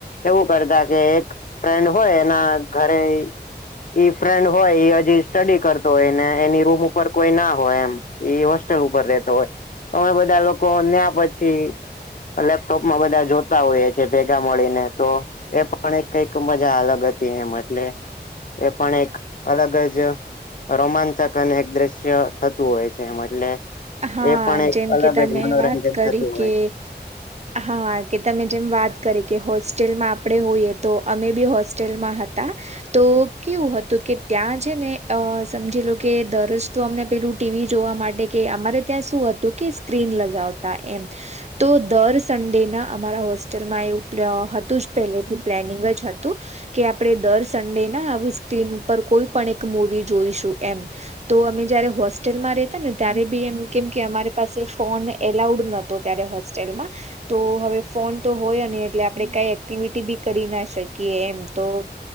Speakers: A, on the left (about 50°); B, on the right (about 40°).
A: એવું કરતા કે એક ફ્રેન્ડ હોય એના ઘરે ઈ ફ્રેન્ડ હોય ઈ ઈ સ્ટડી કરતો હોય ને એની રૂમ ઉપર કોઈ ના હોય એમ એ હોસ્ટેલ ઉપર રેતો હોય. અમે બધા લોકો ન્યા પછી લેપટોપમાં બધા જોતા હોઈએ છે ભેગા મળીને તો એ પણ એ કઈક મજા અલ ગ હતી એમ એટલે એ પણ એક અલગ જ રોમાંચક અને એક દશ્ય થતું હોય છે એમ એટલે
B: હા
A: એ પણ એક
B: જેમ
A: અલગ
B: કે તમે
A: જ મનોરંજન
B: વાત કરી
A: થતું હોય.
B: કે હા કે તમે જેમ વાત કરી કે હોસ્ટેલમાં આપણે હોઈએ તો અમે બી હોસ્ટેલમાં હતા. તો કેવું હતું કે ત્યાં છે ને અ સમજી લો કે દરરોજ તો અમને પેલું ટીવી જોવા માટે કે અમારે ત્યાં શું હતું કે સ્ક્રીન લગાવતા એમ. તો દર સન્ડેના અમારા હોસ્ટેલમાં એવું હતું જ પહેલેથી પ્લેનિંગ જ હતું. કે આપડે દર સંડે ના આવું સ્ક્રીન ઉપર કોઈ પણ એક મુવી જોઈશું એમ. તો અમે જયારે હોસ્ટેલમાં રેતા ને ત્યારે બી એમ કેમ કે અમારી પાસે ફોન એલાઉડ નતો ત્યારે હોસ્ટેલમાં. તો હવે ફોન તો હોય ની એટલે આપણે કાઈ એક્ટિવિટી બી કરી ના શકીએ એમ તો